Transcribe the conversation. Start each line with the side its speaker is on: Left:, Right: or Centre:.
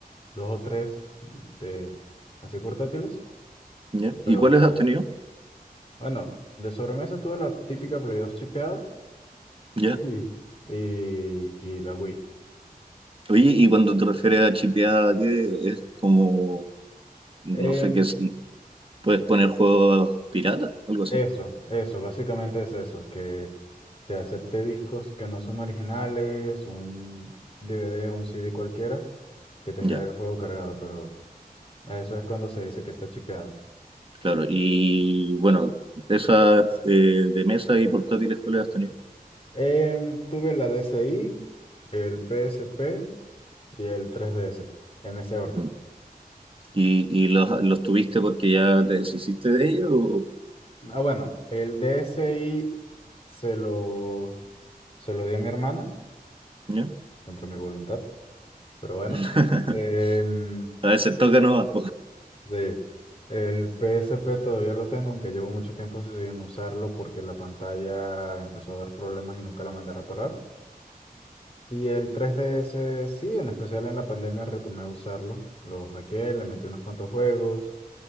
Left: dos o tres de así portátiles,
Right: ¿Ya?
Left: pero
Right: ¿Y cuáles has tenido?
Left: bueno, de sobremesa tuve la típica Play 2 chipeada
Right: ¿Ya?
Left: y, y, y la Wii.
Right: Oye, y cuando te refieres a chipeada, ¿qué es como, no
Left: Em,
Right: sé qué es, puedes poner juegos pirata, algo así?
Left: Eso, eso, básicamente es eso, que te acepte discos que no son originales, un DVD, un CD cualquiera, que tenga
Right: Ya,
Left: el juego cargado, pero eso es cuando se dice que está chipeado.
Right: claro. Y bueno, esas eh, de mesa y portátiles, ¿cuáles has tenido?
Left: Em, tuve la DSi, el PSP y el 3DS, en ese orden.
Right: Mm. ¿Y, y los, los tuviste porque ya te deshiciste de ellos? o-
Left: Ah, bueno, el DSi se lo, se lo di a mi hermana,
Right: ¿Ya?
Left: contra mi voluntad, pero bueno.
Right: <laughs>
Left: Em,
Right: A veces toca no
Left: Sí, el PSP todavía lo tengo, aunque llevo mucho tiempo sin usarlo porque la pantalla empezó a dar problemas y nunca la mandé a reparar. Y el 3DS, sí, en especial en la pandemia retomé a usarlo. Lo hackeé, le metí unos cuantos juegos